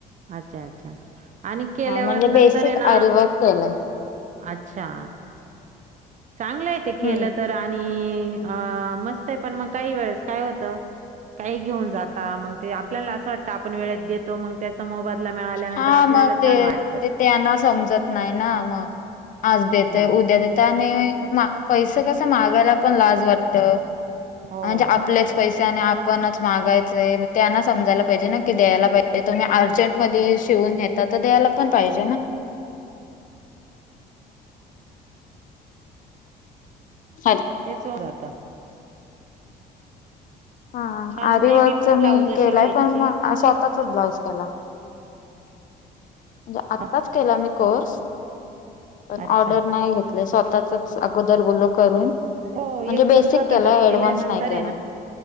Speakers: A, on the right; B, on the left.
A: अच्छा अच्छा आणि केल्यावर
B: हा म्हणजे बेसिक
A: नंतर आहे ना
B: आरीवर्क केलंय
A: अच्छा चांगलं आहे ते केलं
B: हम्म
A: तर आणि अ मस्त आहे पण मग काही वेळेस काय होतं काही घेऊन जाता मग ते आपल्याला असं वाटत आपण वेळेत देतो मग त्याचा मोबाईल मिळाल्यानंतर
B: हा
A: आपल्याला
B: मग ते
A: छान वाटतं
B: ते त्यांना समजत नाही ना मग आज देतय
A: हो,
B: उद्या देत काय नाही पैसे कस मागायला पण लाज वाटत
A: हो.
B: म्हणजे आपलेच पैसे नी आपणच मागायचंय त्यांना समायला पाहिजे ना की द्यायला पाहिजे. तुही अर्जंट मध्ये शिवून नेहतात तर द्यायला पण पाहिजे ना. हल
A: ते चोर आता
B: हा
A: छान
B: आरवर्कच
A: नाही फक्त ब्लाउज
B: मी
A: शिवायची.
B: केलाय पण म स्वतःचच ब्लाऊज केला. म्हणजे आत्ताच
A: अ,
B: केला मी कोर्स पण
A: अच्छा.
B: ऑर्डर नाही घेत. आपल स्वतःचच अगोदर बोल करून
A: हो
B: म्हणजे
A: एक दोन
B: बेसिक
A: स्वतःच
B: केलाय
A: केल्यानंतर
B: ऍडव्हान्स नाही केलाय
A: आहे ना